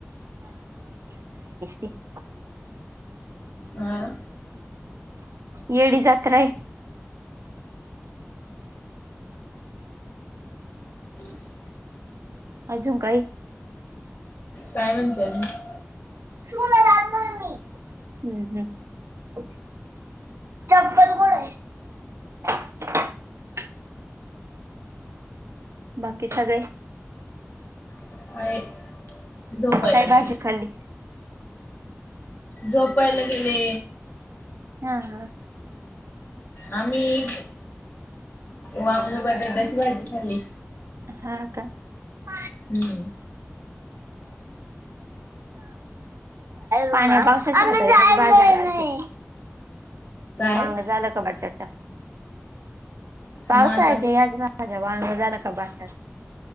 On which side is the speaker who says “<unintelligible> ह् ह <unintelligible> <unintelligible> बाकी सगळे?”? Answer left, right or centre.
Right